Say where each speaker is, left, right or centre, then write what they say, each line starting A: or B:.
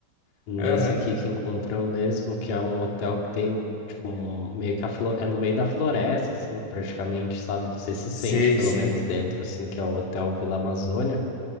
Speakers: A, on the left (about 45°); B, on the left (about 75°).
A: nesse
B: Aham.
A: aqui que encontramos mesmo, que é um hotel que tem tipo um, meio que a flo- é no meio da floresta, assim, praticamente, sabe? Você se
B: Sei,
A: sente pelo
B: sei.
A: menos dentro, assim, que é o Hotel Vila Amazônia.